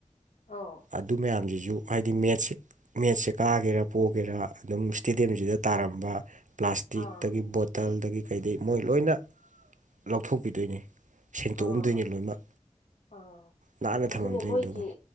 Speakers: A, on the left; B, on the right.
A: ꯑꯧ
B: ꯑꯗꯨ ꯃꯌꯥꯝꯁꯤꯁꯨ ꯍꯥꯏꯗꯤ ꯃꯦꯠꯁ ꯃꯦꯠꯁꯦ ꯀꯥꯒꯦꯔꯥ ꯄꯣꯛꯒꯦꯔꯥ ꯑꯗꯨꯝ ꯏꯁꯇꯦꯗꯤꯌꯝꯁꯤꯗ ꯇꯥꯔꯝꯕ ꯄ꯭ꯂꯥꯁꯇꯤꯛꯇꯒꯤ
A: ꯑꯥ
B: ꯕꯣꯇꯜꯗꯒꯤ ꯀꯩꯗꯒꯤ ꯃꯣꯏ ꯂꯣꯏꯅ ꯂꯧꯊꯣꯛꯄꯤꯗꯣꯏꯅꯤ ꯁꯦꯡꯇꯣꯛꯑꯝꯗꯣꯏꯅꯤ
A: ꯑꯥ
B: ꯂꯣꯏꯅꯃꯛ
A: ꯑꯥ
B: ꯅꯥꯟꯅ
A: ꯑꯗꯨꯅꯦ
B: ꯊꯝꯃꯝꯗꯣꯏꯅꯤ
A: ꯃꯣꯏꯒꯤ
B: ꯑꯗꯨꯒ